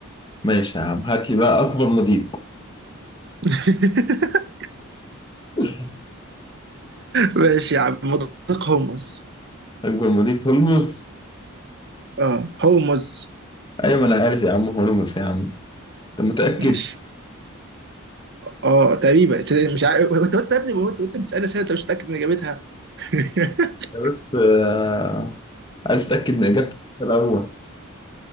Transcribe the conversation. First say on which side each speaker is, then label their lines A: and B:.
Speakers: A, on the left; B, on the right.
A: ماشي يا عم هات لي بقى اكبر مضيق
B: <laughs>
A: <laughs>
B: ماشي يا عم مضيق هومس
A: اكبر مضيق هرمز
B: اه هومس
A: ايوه ما انا عارف يا عم هرمز يا عم انت متأكد
B: ماشي اه تقريبا ت- مش عارف وانت وانت يا ابني وانت وانت بتسالني اسئله انت مش متاكد من اجابتها <laughs>
A: أنا بس آه، عايز اتأكد من اجابتك الاول